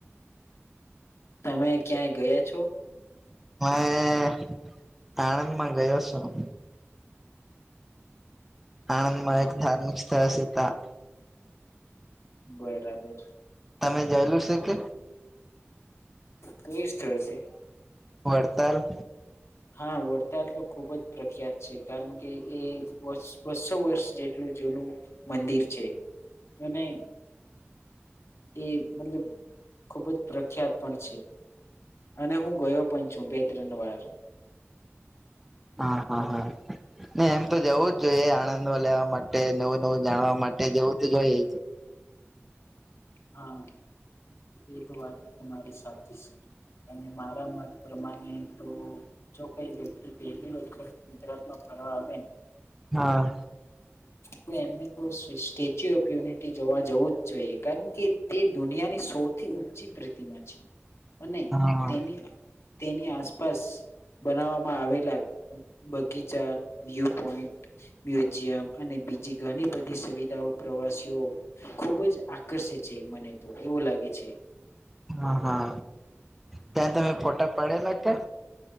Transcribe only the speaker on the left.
તમે ક્યાંય ગયા છો
હા
બરાબર
તોઈ સ્ થળ છે
હા વડતાલ તો ખુબ જ પ્રખ્યાત છે કારણ કે એ બસો વર્ષ જેટલું જૂનું મનંતીર છેે અને એ મતલબ ખુબ જ પ્રખ્યાત પણ છે અને હું ગયો પણ છું બે ત્રણ વાર
હા એ તો વાત તમારી સાથે છે અને મારા મત પ્રમાણે તો જો કઈ વ્યક્તિ પહેલી ગુજરાત હા
તો એમને તો સ્ટેચ્યુ ઓફ યુનિટી જોવા જવું જ જોઈએ કારણ કે તે દુનિયાની સૌથી ઊંચી પ્રીતિમાં છે અને
તેની તેની આસપાસ બનાવવામાં આવેલા બગીચા વ્યુ પોઈન્ટ મ્યુઝિયમ અને બીજી ઘણી બધી સુવિધાઓ પ્રવાસીઓ ખુબ જ આકર્ષિત છે મને તો એવું લાગે છે